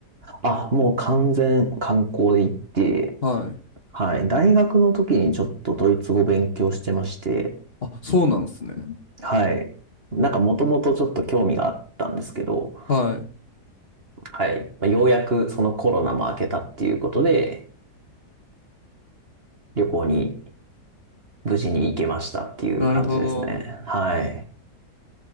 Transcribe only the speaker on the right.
あ、もう完全観光で行って、
はい。大学の時にちょっとドイツ語勉強してまして、
はい。なんかもともとちょっと興味があったんですけど、
はい。まあようやくそのコロナも明けたっていうことで、旅行に無事に行けましたっていう感じですね。
はい。